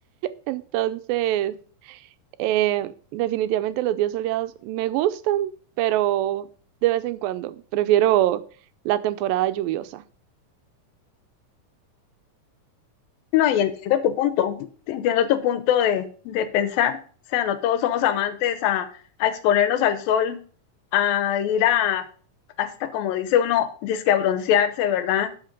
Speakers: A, on the right; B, on the left.
A: Entonces, eh, definitivamente los días soleados me gustan, pero de vez en cuando prefiero la temporada lluviosa.
B: No, y entiendo tu punto, entiendo tu punto de, de pensar. O sea, no todos somos amantes a, a exponernos al sol, a ir a, hasta como dice uno, disque a broncearse, ¿verdad?